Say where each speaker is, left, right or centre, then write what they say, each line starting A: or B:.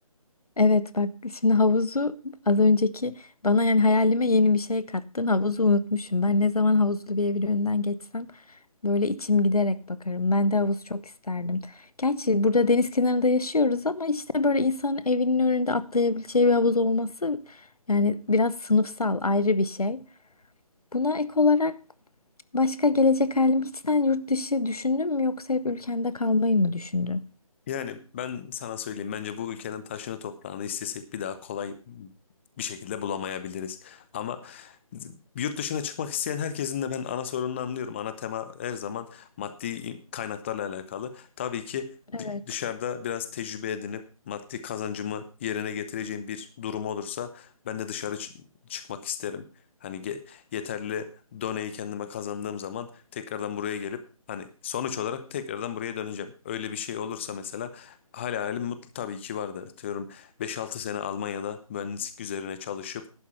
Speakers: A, on the left (about 85°); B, on the left (about 20°).
A: Evet bak şimdi havuzu az önceki bana yani hayalime yeni bir şey kattın havuzu unutmuşum. Ben ne zaman havuzlu bir evin önünden geçsem böyle içim giderek bakarım. Ben de havuz çok isterdim. Gerçi burada deniz kenarında yaşıyoruz ama işte böyle insanın evinin önünde atlayabileceği bir havuz olması yani biraz sınıfsal ayrı bir şey. Buna ek olarak başka gelecek halim hiçten yurt dışı düşündün mü yoksa hep ülkende kalmayı mı düşündün?
B: Yani ben sana söyleyeyim bence bu ülkenin taşını toprağını istesek bir daha kolay bir şekilde bulamayabiliriz. Ama yurt dışına çıkmak isteyen herkesin de ben ana sorununu anlıyorum. Ana tema her zaman maddi kaynaklarla alakalı. Tabii ki
A: Evet.
B: d- dışarıda biraz tecrübe edinip maddi kazancımı yerine getireceğim bir durum olursa ben de dışarı ç- çıkmak isterim. Hani ge- yeterli doneyi kendime kazandığım zaman tekrardan buraya gelip hani sonuç olarak tekrardan buraya döneceğim. Öyle bir şey olursa mesela hala hayalim mutlu tabii ki vardı. Diyorum Beş altı sene Almanya'da mühendislik üzerine çalışıp